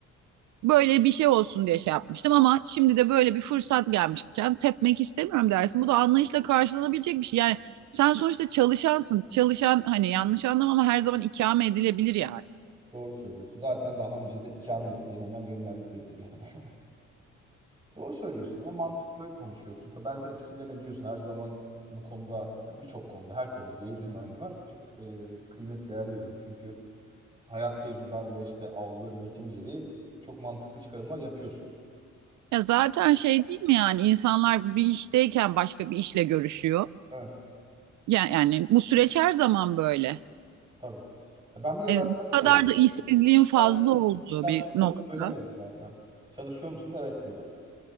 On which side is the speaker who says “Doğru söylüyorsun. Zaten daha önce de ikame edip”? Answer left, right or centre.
Right